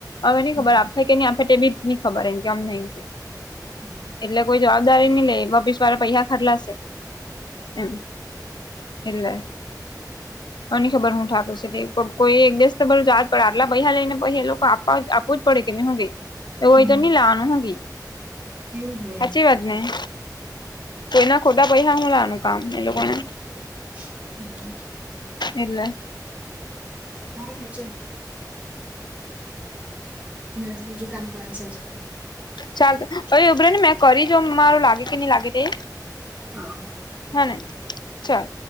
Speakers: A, on the left; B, on the right.
A: હવે ની
B: હમ
A: ખબર આપે હે કે ની આપે તે બી ની ખબર એનકે અમને એટલે
B: હા
A: કોઈ. જવાબદારી ની લે ઓફિસવાળા પૈસા ખાદલાશે એમ. એટલે અનેની ખબર હું થઠાપું છ કોઈ એક દિવસ તો બર જાત પર આટલા પૈહા લઈને પહી એ લોકો આપ આપુ જ પડે કે ન હું કે એવુ હોય
B: હમ
A: તો ની લેવાનું હું કે
B: તેવું જ વળી.
A: હાચી વાત હમ્મ કોઈના ખોટા પૈહા લેવાનું કામ એ લોકોને.
B: <inaudible>
A: એટલે.
B: હા છે. મેળ બીજું કામ કરવાની છે આજે.
A: ચાલ ઓય ઓભી રેને ને મેં કરી જોમ મારું લાગે કે નહી લાગે તે.
B: હા.
A: હા ન ચાલ.